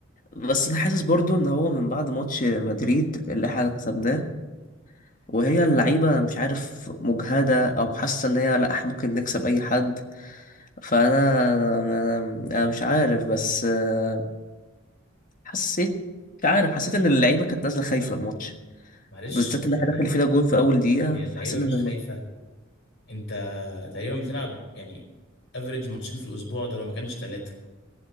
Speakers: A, on the left; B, on the left.
A: بس أنا حاسس برضو إن هو من بعد ماتش مدريد اللي احنا كسبناه وهي اللعيبة مش عارف مجهدة أو حاسة إن هي لأ إحنا ممكن نكسب أي حد فأنا أنا أنا مش عارف بس آه، حسيت مش عارف حسيت إن اللعيبة كانت نازلة خايفة الماتش
B: معلش
A: بالذات إن احنا
B: يعني
A: داخل فينا جون في أول دقيقة
B: هي
A: فحسيت
B: اللعيبة مش
A: إن
B: خايفة انت تقريبا بتلعب يعني افريج ماتشين في الاسبوع ده لو ما كانش ثلاثه